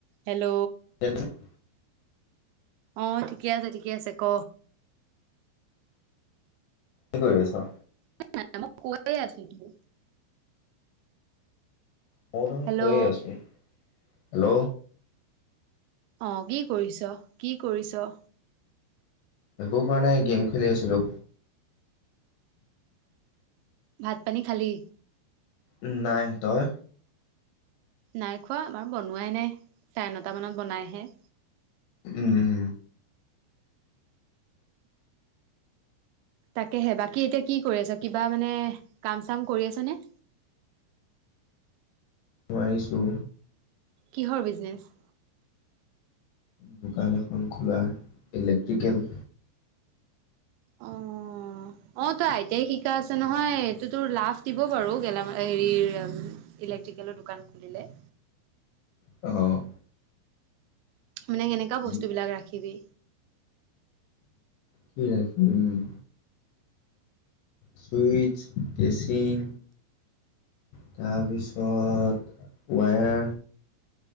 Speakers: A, on the right (about 80°); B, on the left (about 70°).
A: Hello.
B: <unintelligible>
A: অহ, ঠিকে আছে, ঠিকে আছে ক?
B: কি কৰি আছ?
A: মানে মই কৈয়ে আছোতো।
B: মই দেখোন,
A: হেল্ল'
B: কৈয়ে আছোঁ। হেল্ল'?
A: অহ', কি কৰিছ, কি কৰিছ?
B: একো কৰা নাই গেম খেলি আছিলোঁ।
A: ভাত পানী খালি?
B: উম, নাই। তই?
A: নাই খোৱা আমাৰ বনোৱাই নাই। চাৰে নটা মানত বনাইহে।
B: উম।
A: তাকেহে বাকী এতিয়া কি কৰি আছা? কিবা মানে কাম চাম কৰি আছানে?
B: নোৱাৰিছোঁ।
A: কিহৰ বিজনেচ?
B: দোকান এখন খোলা ইলেক্ট্ৰিকেল।
A: অ', অ', তই আইতে শিকা আছে নহয় এইটো তোৰ লাছ দিব বাৰু গেলামা এ, হেৰি ইলেক্ট্ৰিকেলৰ দোকান খুলিলে।
B: অ'।
A: মানে এনেকা
B: যি
A: বস্তুবিলাক ৰাখিবি।
B: কি ৰাখিম? ছুইটচ, কেচিং। তাৰপিছত ৱায়াৰ।